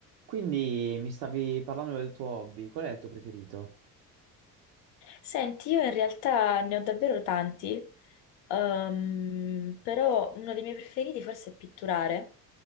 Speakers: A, on the right; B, on the left.
A: Quindi mi stavi parlando del tuo hobby, qual è il tuo preferito?
B: Senti, io in realtà ne ho davvero tanti, ehm, però uno dei miei preferiti forse è pitturare.